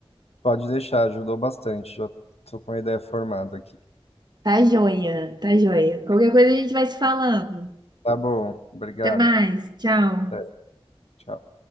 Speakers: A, on the left (about 90°); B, on the right (about 45°).
A: Pode deixar, ajudou bastante. Já tô com a ideia formada aqui.
B: Tá joia, tá joia. Qualquer coisa a gente vai se falando.
A: Tá bom, obrigado.
B: Até mais, tchau.
A: Até, tchau.